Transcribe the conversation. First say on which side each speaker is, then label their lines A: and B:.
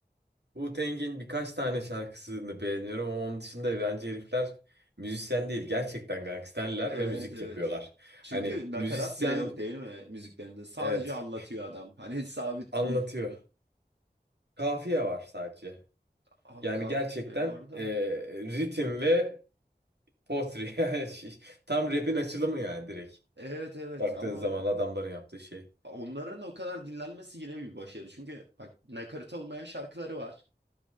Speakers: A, on the right; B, on the right.
A: Wu-Tang'in birkaç tane şarkısını beğeniyorum ama onun dışında bence herifler müzisyen değil. Gerçekten gangsterler
B: Evet
A: ve müzik
B: evet.
A: yapıyorlar.
B: Çünkü
A: Hani
B: nakarat
A: müzisyen
B: bile yok değil mi müziklerinde? Sadece
A: evet
B: anlatıyor adam. Hani sabit
A: anlatıyor.
B: bir...
A: Kafiye var sadece.
B: Abi
A: Yani
B: kahve
A: gerçekten
B: var da.
A: e, ritim ve potri. <laughs> Yani şey- tam rap'in açılımı yani direkt.
B: Evet evet
A: Baktığın
B: ama
A: zaman adamların yaptığı şey.
B: Onların o kadar dinlenmesi yine bir başarı. Çünkü bak nakarat olmayan şarkıları var.